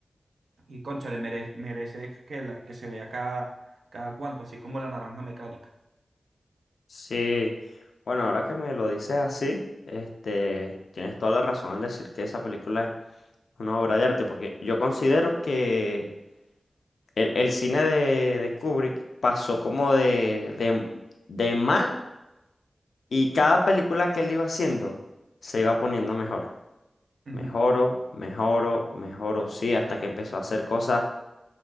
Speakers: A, on the right; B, on the left.
A: Y cónchale le merece, merece que, la, que se vea cada, cada cuanto, así como La Naranja Mecánica.
B: Sí. Bueno, ahora que me lo dices así, este, tienes toda la razón al decir que esa película es una obra de arte, porque yo considero que El, el cine de, de Kubrick pasó como de, de, de mal y cada película que él iba haciendo se iba poniendo mejor.
A: Ujú,
B: Mejoro, mejoro, mejoro, sí, hasta que empezó a hacer cosas